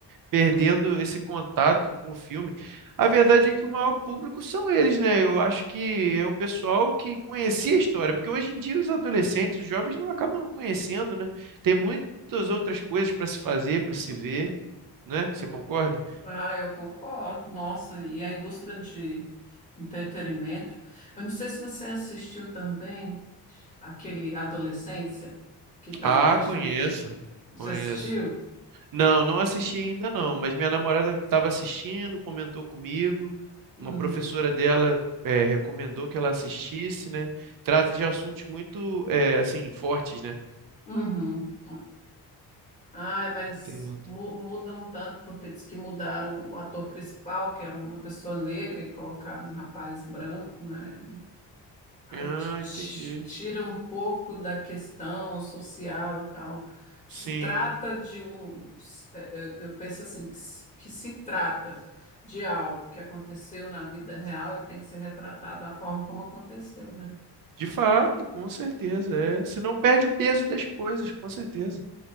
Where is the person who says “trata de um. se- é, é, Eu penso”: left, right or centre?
Left